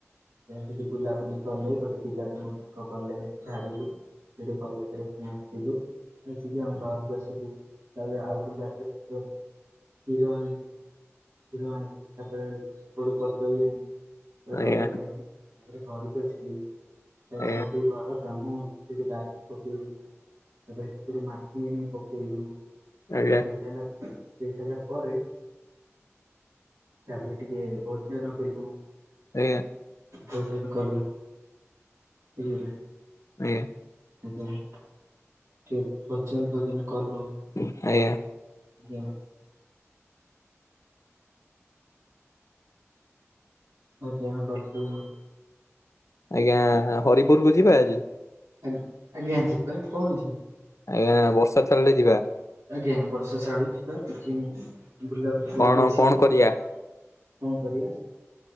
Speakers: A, on the right; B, on the left.
A: ତିଠି ବୁଲାବୁଲି କଲେ ଗୋଟେ ପିଲାକୁ ତାଙ୍କ କଲେଜେରେ ଛାଡ଼ିଲୁ ସେଟୁ କଲଜରେ ପୁଣି ଆସିଲୁ ଆସିକି ଆମେ ଘରକୁ ଆସିଲୁ ତାପରେ ଆଗ ଗଟେ ଜାଗାରେ ଯୁ ଆମ ହିରଣ ହିରଣ ତାପରେ <unintelligible> ତାପରେ
B: ଆଜ୍ଞା।
A: କଦଳୀ ନେଇକି ଘରକୁ ଆସିଲି, ସେର
B: ଆଜ୍ଞା
A: ମାଟି ଘର କାମ ହୋଉଛି ସେଠି ବାହାରେ। ପୁ ସ ସେପଟୁ ମାଟି ଆଣିକି ପକେଇଲୁ
B: ଆଜ୍ଞା
A: ପକେଇସାରିଲା। ଦେଇ ସାଇଲା ପରେ ତାପରେ ଟିକେ ଭୋଜନ କଲୁ।
B: ଆଜ୍ଞା
A: ଭୋଜନ କଲୁ ହୁଁ।
B: ଆଜ୍ଞା।
A: ସେ ଟିକେ ଭୋଜନ ଭୋଜନ କଲୁ।
B: ଆଜ୍ଞା।
A: ଆଜ୍ଞା। ଆଜି ଆମେ କରିପାରିବୁନୁ।
B: ଆଜ୍ଞା ହରିପୁରକୁ ଯିବା ଆଜି।
A: ଆ ଆଜ୍ଞା ଯିବା କଣ ଅଛି।
B: ଆଜ୍ଞା ବର୍ଷା ଛାଡିଲେ ଯିବା।
A: ଆଜ୍ଞା ବର୍ଷା ଛାଡୁ ଯିବା କିଛି ନହିଁ ବୁଲାବୁଲି କରିକି
B: କଣ
A: ଆସିବା।
B: କଣ କରିବା?
A: କଣ କରିବା।